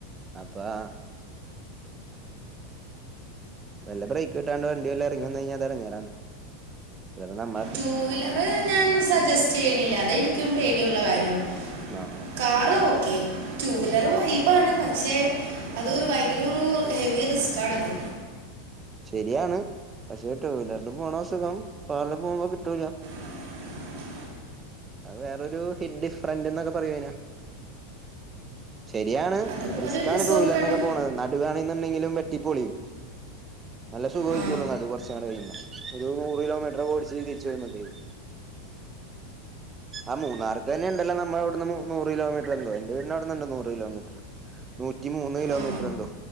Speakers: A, on the right (about 20°); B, on the right (about 75°).
A: അപ്പാ വല്ല ബ്രേക്ക് കിട്ടാണ്ട് വണ്ടി വല്ലാം ഇറങ്ങി വന്ന കഴിഞ്ഞാ അത് എട്ങ്ങേറാണ് ചെലപ്പോ നമ്മ
B: റ്റുവീലർ ഞാൻ സജസ്റ്റയ്യണില്ല അതെനിക്കും പേടിയുള്ള കാര്യവ
A: ന്നാ
B: കാറ് ഓക്കെ റ്റുവീലറ് വൈബാണ് പ ക്ഷെ അത് ഭയങ്കരൊരു ഹെവി റിസ്ക്കാണത്
A: ശരിയാണ് പക്ഷെ റ്റുവീലറിൽ പോണ സുഖം കാറില് പോകുമ്പോ കിട്ടൂല
B: <inaudible>
A: അത് വേറൊരു ഹിന്ദി ഫ്രണ്ട് ന്നൊക്കെ പറയുനാ ശരിയാണ്
B: അതും
A: റിസ്ക്കാണ്
B: ഒരു രസമൊക്കെയാണ്
A: റ്റുവീലറിനൊക്കെ പോണത് നടുവണന്നുണ്ടെങ്കിലും വെട്ടി പോളിയും നല്ല സുഖമായിരിക്കുള്ളു
B: ആ
A: നടു കുറച്ചങ്ങട് കഴിയുമ്പോ ഒരു നൂറ് കിലോമീറ്ററോ ഓടിച്ച് തിരിച്ചു വരുമ്പത്തേക്ക് ആ മൂന്നാർക്കന്നെ ഉണ്ടല്ലോ നമ്മള അവിടുന്ന് മു നൂറ് കിലോമീറ്ററേന്തോ എന്റെ വീടിന്റെ അവിടുന്ന്ണ്ട് നൂറ് കിലോമീറ്റർ നൂറ്റിമൂന്ന് കിലോമീറ്റർ
B: ആ
A: എന്തോ